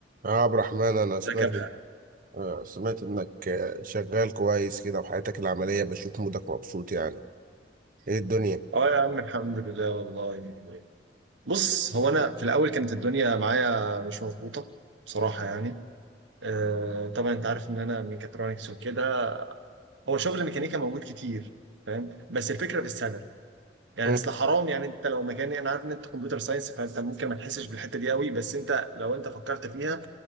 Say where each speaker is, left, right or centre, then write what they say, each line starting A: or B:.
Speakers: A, on the right; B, on the right.
A: يا عبد الرحمن أنا سمعت
B: ازيك يا محمد
A: آه، سمعت إنك آه، شغال كويس كده وحياتك العملية بشوف مودك مبسوط يعني إيه الدنيا؟
B: اه يا عم الحمد لله والله بص هو انا في الاول كانت الدنيا معايا مش مظبوطه بصراحه يعني آه طبعا انت عارف ان انا ميكاترونكس وكده هو شغل ميكانيكا موجود كتير فاهم بس الفكره في السالري يعني
A: مم.
B: اصل حرام يعني انت لو مكاني انا عارف ان انت كمبيوتر ساينس فانت ممكن ما تحسش بالحته دي قوي بس انت لو انت فكرت فيها